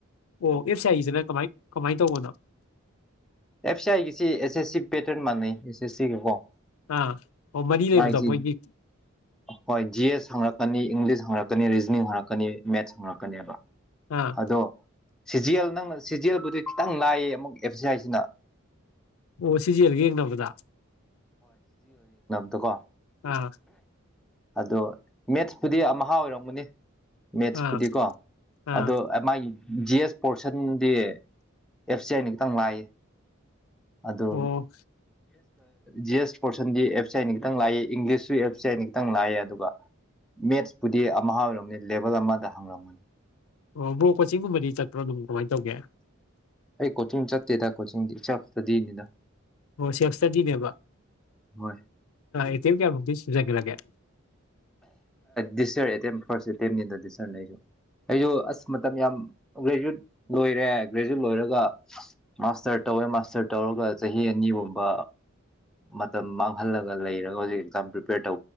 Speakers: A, on the left (about 85°); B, in the centre.
A: ꯑꯣ ꯑꯦꯐ ꯁꯤ ꯑꯥꯏꯒꯤꯁꯤꯅ ꯀꯃꯥꯏ ꯀꯃꯥꯏꯅ ꯇꯧꯕꯅꯣ
B: ꯑꯦꯐꯥꯏꯒꯤꯁꯤ ꯑꯦꯁ ꯑꯦꯁ ꯁꯤ ꯄꯦꯇꯔꯟ ꯃꯥꯟꯅꯩ ꯑꯦꯁ ꯑꯦꯁ ꯁꯤꯒ ꯀꯣ
A: ꯑꯥ ꯑꯣ ꯃꯔꯤ ꯂꯩꯕꯗꯣ
B: ꯑꯥꯏꯁꯤ
A: ꯃꯣꯏꯒꯤ
B: ꯍꯣꯏ ꯖꯤ ꯑꯦꯁ ꯍꯪꯉꯛ ꯀꯅꯤ ꯏꯪꯂꯤꯁ ꯍꯪꯉꯛꯀꯅꯤ ꯔꯤꯖꯅꯤꯡ ꯍꯪꯛꯀꯅꯤ ꯃꯦꯠꯁ ꯍꯪꯉꯛꯀꯅꯦꯕ
A: ꯑꯥ
B: ꯑꯗꯣ ꯁꯤ ꯖꯤ ꯑꯦꯜ ꯅꯪꯅ ꯁꯤ ꯖꯤ ꯑꯦꯜꯕꯨꯗꯤ ꯈꯤꯇꯪ ꯂꯥꯏꯌꯦ ꯑꯃꯨꯛ ꯑꯦꯐ ꯁꯤ ꯑꯥꯏꯁꯤꯅ
A: ꯑꯣ ꯁꯤ ꯑꯦꯜꯒ ꯌꯦꯡꯅꯕꯗ
B: ꯗꯨ ꯀꯣ
A: ꯑꯥ
B: ꯑꯗꯣ ꯃꯦꯠꯁꯄꯨꯗꯤ ꯑꯍꯥ ꯑꯣꯏꯔꯝꯒꯅꯤ ꯃꯦꯠꯁꯄꯨꯗꯤꯀꯣ
A: ꯑꯥ ꯑꯥ
B: ꯑꯗꯣ ꯃꯥꯒꯤ ꯖꯤ ꯑꯦꯁ ꯄꯣꯔꯁꯟꯗꯤ ꯑꯦꯐ ꯁꯤ ꯑꯥꯏꯅ ꯈꯤꯇꯪ ꯂꯥꯛ ꯑꯗ
A: ꯑꯣ
B: ꯖꯤ ꯑꯦꯁ ꯄꯣꯔꯁꯟꯗꯤ ꯑꯦꯞ ꯁꯤ ꯑꯥꯏꯅꯤ ꯈꯤꯇꯪ ꯂꯥꯛꯏ ꯏꯪꯂꯤꯁꯁꯨ ꯑꯦꯞ ꯁꯤ ꯑꯥꯏꯅꯤ ꯈꯤꯇꯪ ꯂꯥꯛꯏꯦ ꯑꯗꯨꯒ ꯃꯦꯠꯁꯄꯨꯗꯤ ꯑꯃ ꯑꯣꯏꯔꯝꯒꯅꯤ ꯂꯦꯕꯦꯜ ꯑꯃꯗ ꯍꯪꯂꯝꯝꯒꯅꯤ
A: ꯑꯣ ꯕ꯭ꯔꯣ ꯀꯣꯆꯤꯡꯒꯨꯝꯕꯗꯤ ꯆꯠꯄ꯭ꯔꯣ ꯑꯗꯨꯝ ꯀꯃꯥꯏꯅ ꯇꯧꯒꯦ
B: ꯑꯩ ꯀꯣꯆꯤꯡ ꯆꯠꯠꯇꯦ ꯊꯥ ꯀꯣꯆꯤꯡꯗꯤ ꯆꯠꯇꯗꯤꯅꯤꯗ
A: ꯑꯣ ꯁꯦꯁꯗꯤꯅꯦꯦꯕ
B: ꯍꯣꯏ
A: ꯑꯇ ꯀꯌꯥ ꯐꯈꯤ ꯖꯒꯦ ꯂꯒꯦ
B: ꯗꯤꯁꯔ ꯑꯦꯇꯦꯝ ꯐꯥꯔꯁ ꯑꯦꯇꯦꯝꯅꯤꯗ ꯗꯤꯁꯇꯔꯅꯦ ꯑꯩꯁꯨ ꯑꯩꯁꯨ ꯑꯁ ꯃꯇꯝ ꯌꯥꯝ ꯒ꯭ꯔꯦꯖꯨꯋꯦꯠ ꯂꯣꯏꯔꯦ ꯒ꯭ꯔꯦꯖꯨꯋꯦꯠ ꯂꯣꯏꯔꯒ ꯃꯥꯁꯇꯔ ꯇꯧꯋꯦ ꯃꯥꯁꯇꯔ ꯇꯧꯔꯒ ꯆꯍꯤ ꯑꯅꯤꯒꯨꯝꯕ ꯃꯇꯝ ꯃꯥꯡꯍꯜꯂꯒ ꯂꯩꯔꯒ ꯍꯧꯖꯤꯛ ꯑꯦꯛꯖꯥꯝ ꯄ꯭ꯔꯤꯄꯦꯔ ꯇ